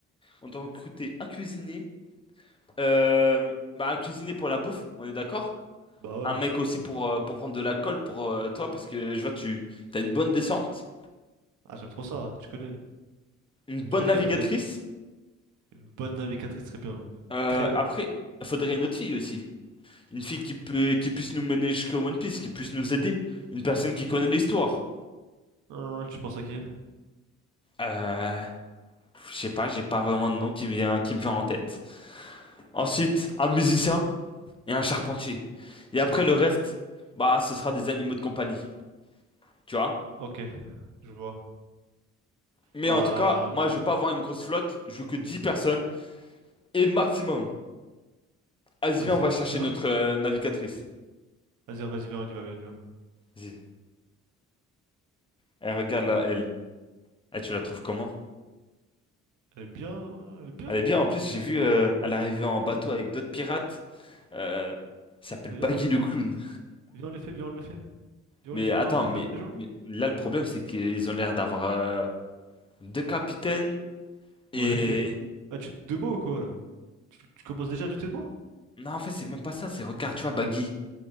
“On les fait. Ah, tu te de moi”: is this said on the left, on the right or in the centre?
Right